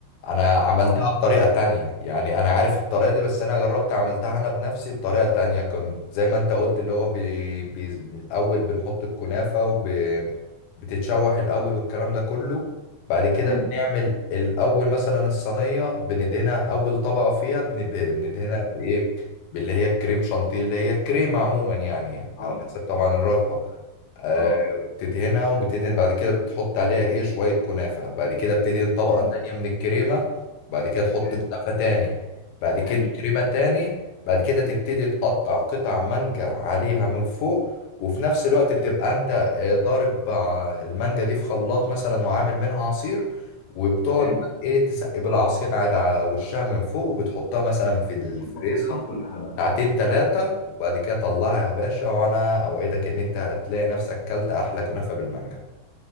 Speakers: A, on the left; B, on the left.
A: انا عملتها
B: اه
A: بطريقة تانية يعني انا عارف الطريقة دي بس انا جربت عملتها انا بنفسي بطريقة تانية كنت زي ما انت قلت اللي هو بي بي الاول بنحط الكنافة وب بتتشوح الاول والكلام ده كله بعد كده
B: حلو
A: بنعمل الاول مثلا الصينية بندهنها اول طبقة فيها بن- بندهنها بايه باللي هي الكريم شانتيه اللي هي الكريمة عموما يعني
B: اه
A: على حسب طبعا الرغبة آه،
B: اه
A: تدهنها وبتدهن بعد كده بتحط عليها ايه شوية كنافة بعد كده بتدهن طبقة
B: حلو
A: تانية من الكريمة بعد كده تحط
B: حلو
A: كنافة تاني بعد كده
B: حلو
A: كريمة تاني بعد كده تبتدي تقطع قطع مانجا عليها من فوق وفي نفس الوقت بتبقى انت آه، ضارب مع المانجا دي في خلاط مثلا وعامل منها عصير وبتقعد
B: حلو
A: بقى ايه تسقي بالعصير على وشها من فوق وبتحطها مثلا في الفريزر
B: شفت الطاسات كلها بقى
A: ساعتين تلاتة وبعد كده طلعها يا باشا وانا اوعدك ان انت هتلاقي نفسك كلت احلى كنافة بالمانجا